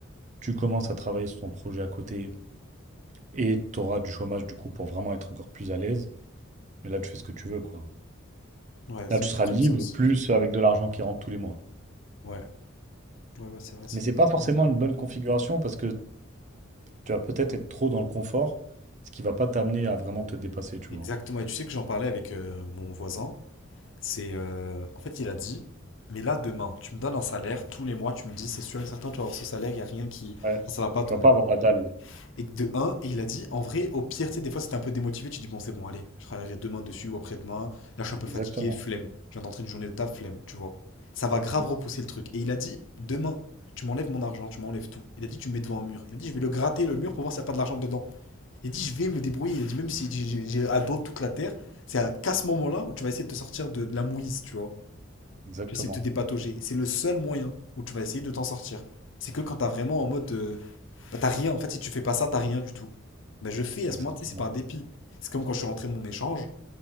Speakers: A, on the right; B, on the left.
A: Tu commences à travailler sur ton projet à côté Et tu auras du chômage du coup pour vraiment être encore plus à l'aise. Mais là, tu fais ce que tu veux, quoi.
B: Ouais, c'est
A: Là, tu
B: une
A: seras
B: option
A: libre,
B: ça aussi.
A: plus avec de l'argent qui rentre tous les mois.
B: Ouais, ouais, ouais, c'est vrai, c'est
A: Mais c'est pas
B: c'est
A: forcément
B: vraiment une option.
A: une bonne configuration parce que tu vas peut-être être trop dans le confort, ce qui va pas t'amener à vraiment te dépasser, tu
B: Exactement.
A: vois.
B: Et tu sais que j'en parlais avec euh, mon voisin. C'est euh, en fait, il a dit, mais là demain, tu me donnes un salaire tous les mois, tu me dis, c'est sûr et certain, tu vas avoir ce salaire, il y a rien qui,
A: Ouais.
B: enfin, ça va pas
A: Tu
B: tomber.
A: vas pas avoir la dalle.
B: Et que de un, et il a dit, en vrai, au pire, tu sais, des fois, c'était un peu démotivé, tu dis bon, c'est bon, allez, je travaillerai demain dessus ou après-demain. Là, je suis un peu
A: Exactement.
B: fatigué, flemme. Je viens d'entrer une journée de taf, flemme, tu vois. Ça va grave
A: Mm.
B: repousser le truc. Et il a dit, demain, tu m'enlèves mon argent, tu m'enlèves tout. Il a dit, tu me mets devant un mur. Il a dit, je vais le gratter le mur pour voir s'il n'y a pas de l'argent dedans. Il a dit, je vais me débrouiller. Il a dit, même si j'ai j'ai- j'ai à dos toute la terre, c'est à qu'à ce moment-là où tu vas essayer de te sortir de, de la mouise, tu vois.
A: Exactement.
B: Tu vas essayer de te dépatauger. C'est le seul moyen où tu vas essayer de t'en sortir. C'est que quand t'as vraiment en mode. euh, bah, t'as rien. En fait, si tu fais pas ça, t'as rien du tout. Bah, je fais à
A: Exactement.
B: ce moment tu sais, c'est par dépit. C'est comme quand je suis rentré de mon échange,